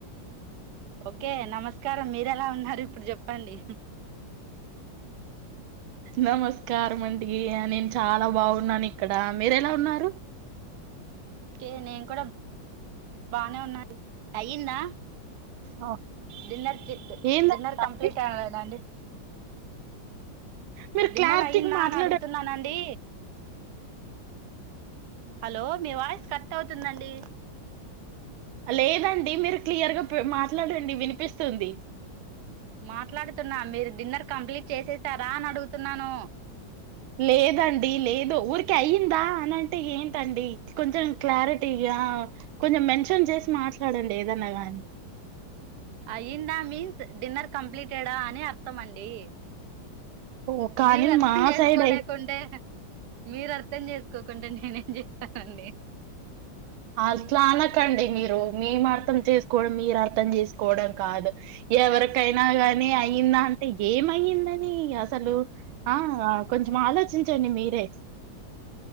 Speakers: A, on the right (about 65°); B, on the right (about 85°).
A: ఓకే నమస్కారం మీరేలా ఉన్నారు ఇప్పుడు చెప్పండి
B: నమస్కారం అండి నేను చాలా బాగున్నాను ఇక్కడ మీరేలా ఉన్నారు
A: కే నేను కూడా బానే ఉన్నా అండి అయిందా
B: ఆ!
A: డిన్నర్
B: ఏందండి
A: డిన్నర్ కంప్లీట్ అవలేద అండి
B: మీరు
A: డిన్నర్
B: క్లారిటీగా
A: అయ్యిందా
B: మాట్లాడ
A: అని అడుగుతున్నానండి హలో మీ వాయిస్ కట్ అవుతుందండి
B: లేదండి మీరు క్లియర్గా మాట్లాడండి వినిపిస్తుంది
A: మాట్లాడుతున్నా మీరు డిన్నర్ కంప్లీట్ చేసేసారా అని అడుగుతున్నాను
B: లేదండి లేదు ఊరికె అయ్యిందా అనంటే ఏంటండి కొంచెం క్లారిటీ గా కొంచెం మెన్షన్ చేసి మాట్లాడండి ఏదన్నా గాని
A: అయ్యిందా మీన్స్ డిన్నర్ కంప్లీటెడా అని అర్థం అండి
B: ఓ కానీ
A: మీరు అర్థం
B: మా
A: చేసుకోలేకుంటే
B: సైడ్ అయితే
A: మీరు అర్థం చేసుకోకుంటె నేనేం చేశానండి
B: అట్లా అనకండి మీరు మేము అర్థం చేసుకోవడం మీరు అర్థం చేసుకోవడం కాదు ఎవరికైనా గానీ అయిందా అంటే ఏమయ్యిందని అసలు ఆ కొం చం ఆలోచించండి మీరే